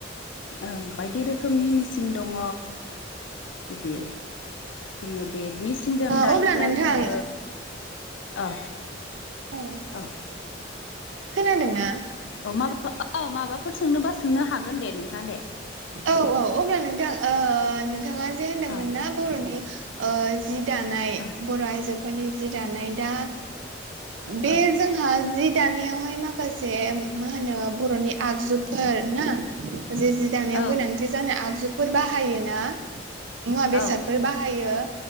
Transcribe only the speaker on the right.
अब्ला नोंथां
ओ
खोनादोंना।
औ औ अब्ला नोंथां ओ नोंथाङा जे होनदोंमोन
ना बर'नि। जि दानाय
बर आइजोफोरनि जि दानाय दा। बे
जोंहा जि दानायावहाय माखासे। जे मा होनो बर'नि आगजुफोर ना जे। जानायाव
गोनांथि जानाय आगजुफोर बाहायो ना मुवा बेसादफोर
बाहायो।